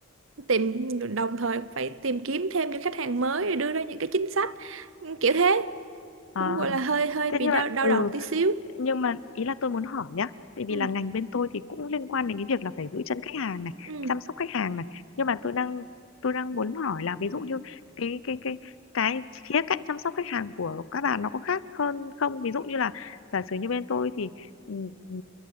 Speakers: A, on the right; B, on the left.
A: tìm đồng thời phải tìm kiếm thêm những khách hàng mới để đưa ra những cái chính sách Ừ, kiểu thế
B: À,
A: cũng gọi là hơi hơi
B: thế
A: bị
B: nhưng
A: đau
B: mà
A: đau
B: ừ
A: đầu tí xíu
B: nhưng mà ý là tôi muốn hỏi nhá tại vì
A: ừ
B: là ngành bên tôi thì cũng liên quan đến cái việc là phải giữ chân khách hàng này
A: ừ
B: chăm sóc khách hàng này nhưng mà tôi đang tôi đang muốn hỏi là ví dụ như cái cái cái cái khía cạnh chăm sóc khách hàng của các bạn nó có khác hơn không ví dụ như là giả sử như bên tôi thì ừ, ừ,